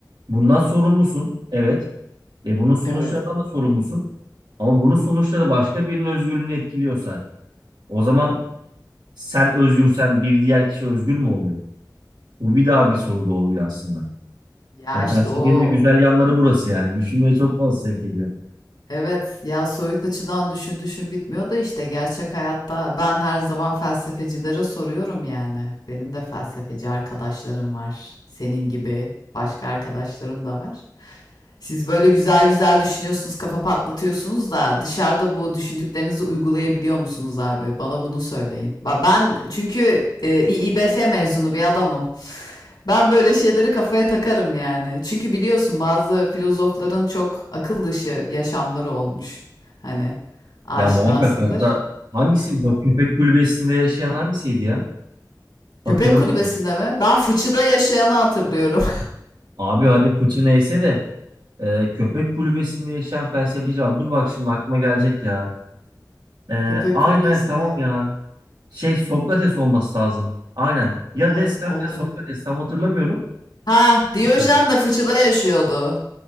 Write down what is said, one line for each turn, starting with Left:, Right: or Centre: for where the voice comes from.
Right: bundan sorumlusun. Evet. Ve bunun sonuçlarından
Left: Evet.
Right: da sorumlusun. Ama bunun sonuçları başka birinin özgürlüğünü etkiliyorsa o zaman sen özgürsen bir diğer kişi özgür mü oluyor? Bu bir daha bir soru doğuruyor aslında.
Left: Ya
Right: Ya Felsefenin
Left: işte o
Right: de güzel yanları burası yani. Düşünmeye çok fazla sevk ediyor.
Left: evet ya soyut açıdan düşün düşün bitmiyor da işte gerçek hayatta ben her zaman felsefecilere soruyorum yani. Benim de felsefeci arkadaşlarım var. Senin gibi başka arkadaşlarım da var. Siz böyle güzel güzel düşünüyorsunuz, kafa patlatıyorsunuz da dışarıda bu düşündüklerinizi uygulayabiliyor musunuz abi? Bana bunu söyleyin. Ba- Ben çünkü e, İİBF mezunu bir adamım. Ben böyle şeyleri kafaya takarım yani. Çünkü biliyorsun bazı filozofların çok akıl dışı yaşamları olmuş. Hani aşinasındır.
Right: Ya muhakkak hatta hangisiydi? Bak köpek kulübesinde yaşayan hangisiydi ya? Hatırladın
Left: Köpek kulübesinde
Right: mı?
Left: mi? Ben fıçıda yaşayanı hatırlıyorum.
Right: Abi hadi fıçı neyse de e, köpek kulübesinde yaşayan felsefeci var. Dur bak şimdi aklıma gelecek ya.
Left: <laughs>
Right: E,
Left: Köpek
Right: aynen
Left: kulübesinde.
Right: evet, tamam ya. Şey Sokrates
Left: Köpek
Right: olması lazım. Aynen. Ya
Left: ola-
Right: Descartes
Left: olabilir.
Right: ya Sokrates tam hatırlamıyorum.
Left: Ha,
Right: Şey
Left: Diyojen
Right: diyor.
Left: de fıçıda yaşıyordu.